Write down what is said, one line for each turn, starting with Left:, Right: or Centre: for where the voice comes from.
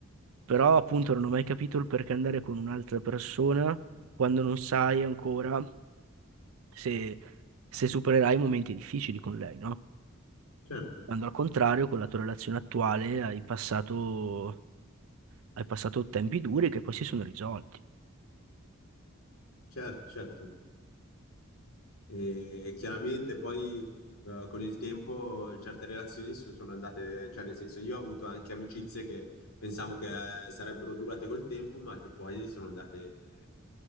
Right: Però appunto non ho mai capito il perché andare con un'altra persona quando non sai ancora se, se supererai momenti difficili con lei, no?
Left: certo,
Right: Quando al contrario con la tua relazione attuale hai passato, hai passato tempi duri che poi si sono risolti.
Left: certo, certo. E chiaramente poi eh, con il tempo certe relazioni si sono andate, cioè nel senso io ho avuto anche amicizie che pensavo che eh, sarebbero durate col tempo, ma che poi sono andate,